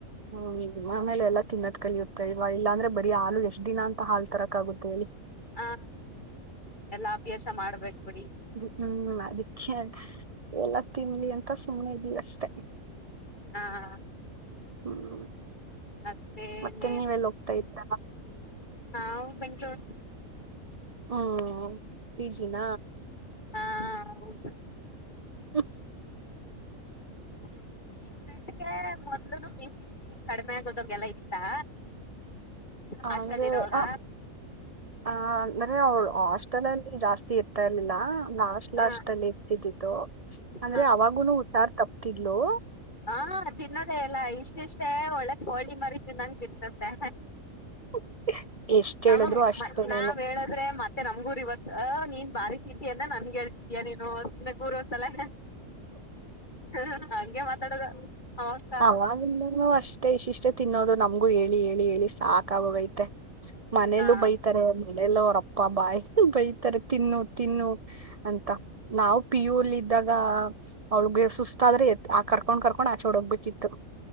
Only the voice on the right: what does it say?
ಹ್ಮ ಆಮೇಲೆ ಎಲ್ಲಾ ತಿನ್ನದ್ ಕಲಿಯುತ್ತೆ ಇವ ಇಲ್ಲಾಂದ್ರೆ ಬರೀ ಹಾಲು ಎಷ್ಟ್ ದಿನ ಅಂತ ಹಾಲ್ ತರಕ್ ಆಗುತ್ತೆ ಹೇಳಿ
ಹ್ಮ್ ಅದಕ್ಕೆ ಎಲ್ಲ ತಿನ್ಲಿ ಅಂತ ಸುಮ್ನೆ ಇದಿಲ್ಲ ಅಷ್ಟೆ
ಹ್ಮ್
ಮತ್ತೆ ನೀವೆಲ್ಲಿ ಹೋಗ್ತಾ ಇದ್ರ
ಹ್ಮ ಪಿಜಿನ
ಹ್ಮ
ಅಂದ್ರೆ
ಆ ಆ ಅಂದ್ರೆ ಅವಳ ಹಾಸ್ಟೆಲ್ ಅಲ್ಲಿ ಜಾಸ್ತಿ ಇರ್ತಾ ಇರ್ಲಿಲ್ಲ ಲಾಸ್ಟ್
ಲಾಸ್ಟ್ ಅಲ್ಲಿ ಇರ್ತಿದಿ ಅಂದ್ರೆ
ಅವಾಗೂನು ಹುಷಾರ್ ತಪ್ತಿದ್ಲು
<unintelligible>
ಹೇಳಿದ್ರು ಅಷ್ಟೇನೆ
ಅವವಾಗಿಂದ ಅಷ್ಟೇ ಇಸ್ಟ್ ಇಷ್ಟೇ ತಿನ್ನೋದು ನಮ್ಗೂ ಹೇಳಿ ಹೇಳಿ ಹೇಳಿ ಸಾಕಾಗೋಗೈತೆ ಮನೆಯಲ್ಲೂ
ಬೈತಾರೆ ಮನೇಲ್ಲ ಅವ್ರಪ್ಪ ಬಾಯಿ ಬೈ ತಾರೇ ತಿನ್ನು ತಿನ್ನು ಅಂತ ನಾವು ಪಿ ಯು ಅಲ್ಲಿ ಇದ್ದಾಗ ಅವಳಗೆ ಸುಸ್ತ್ ಆದ್ರೆ ಆ ಕರ್ಕೊಂಡ್ ಕರ್ಕೊಂಡ್ ಆ ಆಚೆ ಹೋಗ್ಬೇಕಿತ್ತು